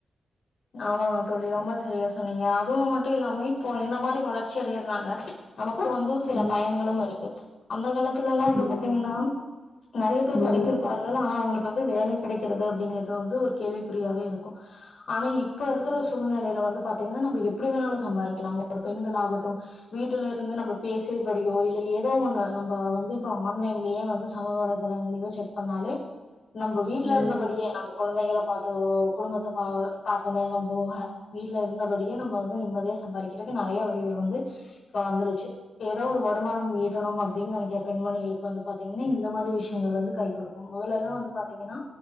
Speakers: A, on the left (about 70°); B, on the left (about 35°).
A: ஆமாங்க தோழி ரொம்ப செரியா சொன்னீங்க அதுவும் மட்டு இல்லாம இப்போ இந்த மாதிரி வளர்ச்சி அடையதுனால நமக் இப்போ வந்து சில
B: ம்
A: பயன்களும் இருக்கு அந்த காலத் த்துல்லா வந்து
B: ம்
A: பாத்தீங்கன்னா நெறைய பேர்
B: ம்
A: படித்திருப்பார்கள் ஆனா அவுங்களுக் க்காக வேலை கிடைக்கிறது அப்டிங்கிறது வந்து ஒரு கேள்விக்குறியாவே இருக்கு ஆனா இப்ப
B: ம்
A: இருக்குற சூழ்நிலைல வந்து பாத்தீங்கன்னா நம்ம எப்புடி வேணாலு சம்பாரிக்கலா ஒரு பெண்களாட்டு வீட்டுல இருந்து நம்ம பேசியபடியோ இல்ல ஏதோ ஒண்ணு நம்ம வந்து இப்ப ஆன்லைன்லயே வந்து சமூக வலைதளங்களயோ செக் பண்ணாலே நம்ம வீட்ல
B: ம்
A: இருந்தபடியே நம்ம கொழந்தைங்கள பாத்ததோ குடும்பத்த பா பாத்த நேரம் போக வீட்டுல இருந்தபடியே நம்ம வந்து நிம்மதியா சம்பாரிக்கிறதுக்கு நெறைய வழிகள் வந்து இப்ப வந்துருச்சு ஏதோ ஒரு வருமானம் ஈட்டணும் அப்டின் நினைக்கிற பெண்மணிகளுக் வந்து பாத்தீங்கன்னா இந்த மாரியி விஷியங்கள் வந்து கை குடுக்க முதல எல்லா வந்து பாத்தீங்குன்னா